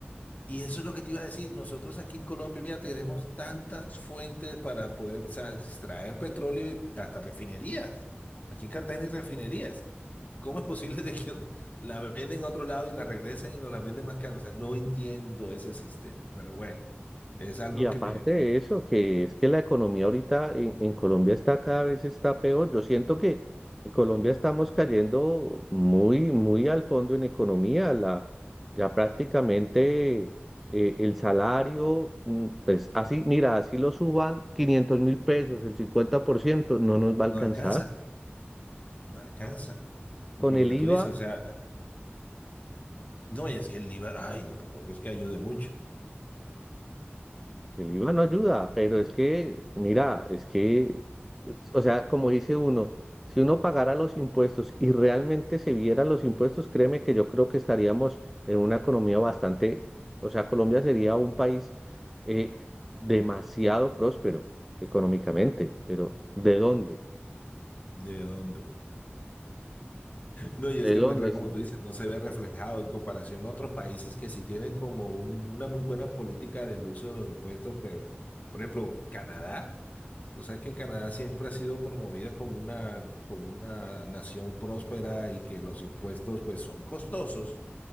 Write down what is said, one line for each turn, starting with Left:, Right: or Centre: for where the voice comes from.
Left: Y eso es lo que te iba a decir. Nosotros aquí en Colombia tenemos tantas fuentes para poder, o sea, extraer petróleo y hasta refinerías. Aquí en Cartagena hay refinerías. ¿Cómo es posible de que la venden a otro lado y la regresan y nos la venden más cara? O sea, no entiendo ese sistema. Pero bueno, es algo
Centre: Y
Left: que
Centre: aparte
Left: me, me
Centre: de eso, que es que la economía ahorita en, en Colombia está cada vez está peor. Yo siento que en Colombia estamos cayendo muy, muy al fondo en economía. La, ya prácticamente eh, el salario, mm, pues así, mira, así lo suban quinientos mil pesos, el 50% no nos va a
Left: no
Centre: alcanzar.
Left: alcanza, no alcanza.
Centre: Con
Left: Y por
Centre: el
Left: lo que
Centre: IVA.
Left: tú dices, o sea, no, y es que el IVA, ay, no, tampoco es que ayude mucho.
Centre: El IVA no ayuda, pero es que, mira, es que, o sea, como dice uno, si uno pagara los impuestos y realmente se viera los impuestos, créeme que yo creo que estaríamos en una economía bastante, o sea, Colombia sería un país eh, demasiado próspero económicamente, pero ¿de dónde?
Left: ¿De dónde? No, y
Centre: ¿De
Left: es que
Centre: dónde?
Left: en verdad, como
Centre: Si
Left: tú dices, no se ve reflejado en comparación a otros países que sí tienen como un- una muy buena política del uso de los impuestos. que, bueno, por ejemplo, Canadá. Tú sabes que en Canadá siempre ha sido promovida como una, como una nación próspera y que los impuestos pues son costosos,